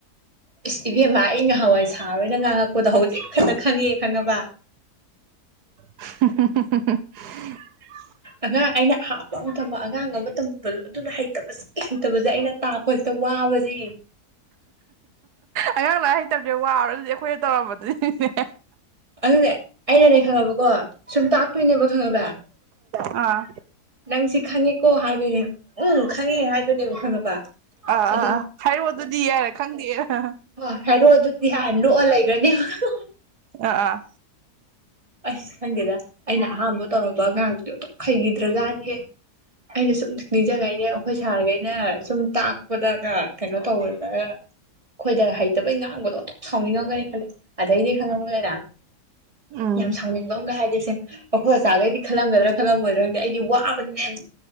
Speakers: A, on the right; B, on the right.
A: ꯏꯁ ꯏꯕꯦꯝꯃ ꯑꯩ ꯉꯍꯥꯟꯋꯥꯏ ꯁꯥꯔꯣꯏꯅ ꯉꯥꯡꯉꯛꯄꯗꯣ ꯍꯧꯖꯤꯛ ꯈꯥꯛꯇꯥ ꯈꯥꯉꯛ ꯑ ꯈꯥꯉꯕꯥ
B: <inaudible>
A: ꯑꯉꯥꯡ ꯑꯩꯅ ꯍꯥꯞꯄ ꯑꯃ ꯊꯝꯕ ꯑꯉꯥꯡ ꯑꯃ ꯇꯝꯃ ꯕꯥꯂꯨ ꯑꯗꯨꯗꯥ ꯍꯩꯇꯕꯁꯦ ꯍꯩꯇꯕꯁꯦ ꯑꯩꯅ ꯇꯥꯛꯄꯁꯤꯗ ꯋꯥꯕꯁꯤ
B: ꯑꯉꯥꯡ ꯂꯥꯏ ꯍꯩꯇꯕꯁꯦ ꯋꯥꯕꯔ ꯑꯗꯨꯗꯤ ꯑꯩꯈꯣꯏꯅ ꯇꯧꯔꯝꯕꯗꯨꯅꯤ ꯅꯦ
A: ꯑꯗꯨꯅꯦ ꯑꯩꯅꯅꯦ ꯈꯪꯉꯕꯀꯣ ꯁꯨꯝ ꯇꯥꯛꯇꯣꯏꯅꯦꯕ ꯈꯪꯉꯕ
B: ꯑꯥ
A: ꯅꯪꯁꯤ ꯈꯪꯉꯦꯀꯣ ꯍꯥꯏꯗꯣꯏꯅꯦ ꯎꯝ ꯈꯪꯉꯦ ꯍꯥꯏꯗꯣꯏꯅꯦꯕ ꯈꯪꯉꯕ
B: ꯑꯥ ꯑꯥ
A: ꯑꯗꯨ
B: ꯑꯥ ꯍꯥꯏꯔꯛꯑꯣ ꯑꯗꯨꯗꯤ ꯍꯥꯏꯔ ꯈꯪꯗꯦ ꯑꯥ
A: ꯍ ꯍꯥꯏꯔꯛꯑꯣ ꯑꯗꯨꯗꯤ ꯍꯥꯟ ꯅꯣꯛꯑ ꯂꯩꯈ꯭ꯔꯅꯤꯕ <inaudible>
B: ꯑꯥ ꯑꯥ
A: ꯑꯁ ꯈꯪꯗꯦꯗ ꯑꯩꯅ ꯑꯍꯥꯝꯕ ꯇꯧꯔꯕ ꯑꯉꯡꯗꯨꯗꯤ ꯑꯅꯊꯣꯛꯅꯥ ꯍꯩꯈꯤꯗ꯭ꯔꯖꯥꯠꯅꯤꯍꯦ ꯑꯩꯅ ꯁꯨꯝ ꯅꯤꯡꯖꯡꯧꯅꯦ ꯑꯩꯈꯣꯏ ꯁꯥꯔꯒꯩꯅ ꯁꯨꯝ ꯇꯥꯛꯄꯗꯒ ꯀꯩꯅꯣ ꯇꯧꯕꯗꯒꯥ ꯑꯩꯈꯣꯏꯗ ꯍꯩꯇꯕꯩ ꯉꯥꯡꯕꯗꯣ ꯑꯣꯟꯊꯣꯛꯅꯥ ꯁꯥꯎꯅꯤꯡꯉꯝꯒꯅꯤ ꯈꯜꯂꯦ ꯑꯗꯩꯅꯦ ꯈꯥꯉꯕꯥ ꯂꯣꯏꯅꯥ
B: ꯎꯝ
A: ꯌꯥꯝ ꯁꯥꯎꯅꯤꯡꯕ ꯑꯃꯒ ꯍꯥꯏꯒꯁꯦ ꯑꯩꯈꯣꯏ ꯑꯆꯥꯒꯩꯗꯤ ꯈꯜꯂꯝꯒꯗ꯭ꯔꯥ ꯈꯜꯂꯝꯃꯣꯏꯗ꯭ꯔꯥꯪꯗꯤ ꯑꯩꯗꯤ ꯋꯥꯕꯅꯦ